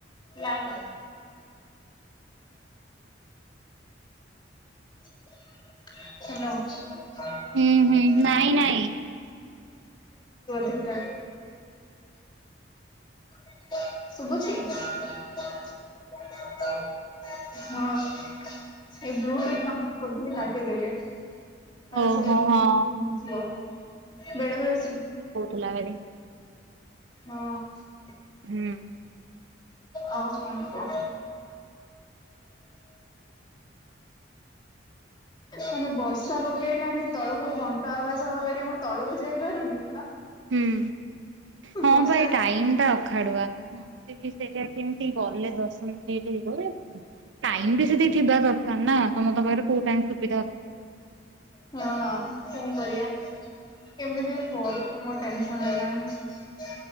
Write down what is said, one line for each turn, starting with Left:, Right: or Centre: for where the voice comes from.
Left: ନା ନା। <inaudible> ହାଲୋ। <unintelligible>
Right: ହୁଁ ହୁଁ ନାଇଁ ନାଇଁ
Left: ଠିକ ଠାକ। ଶୁଭୁଛି। ହଁ ଏ ବ୍ଲୁଟୁଥ କନେକ୍ଟ କରଥିଲି କାଟିଦଲି।
Right: ଓହୋ
Left: ସେ
Right: ହଁ
Left: <inaudible> ବେଳେବେଳେ ସେ <inaudible>
Right: କୋଲାବେରୀ
Left: ହଁ।
Right: ହୁଁ।
Left: ଆଉ କଣ କୁହ। ମାନେ ବର୍ଷା ପକେଇଲାଣି ତଳକୁ ଘଣ୍ଟା ଆବାଜ୍ ହେବ ବୋଲି ମୁଁ ତଳକୁ ଯାଇପାରୁନି।
Right: ହୁଁ ହଁ
Left: ବର୍ଷାରେ
Right: ବା ଟାଇମ୍
Left: ଟିକେ
Right: ଟା ଅଖାଡୁଆ। ମତେ ବି ସେଇଆ କେମିତି ଗଲେ ଦର୍ଶନ ହେଇଯିବ ଟାଇମ୍ ବି ସେତକି ଥିବା ଦରକାର ନା ସମସ୍ତଙ୍କ ପାଖରେ କୋଉ ଟାଇମ୍ ସୁବିଧା ଅସୁବିଧା।
Left: ହଁ କଣ କରିବା କେମିତି କରିବି ମୋର ଟେନ୍ସନ୍ ହେଲାଣି।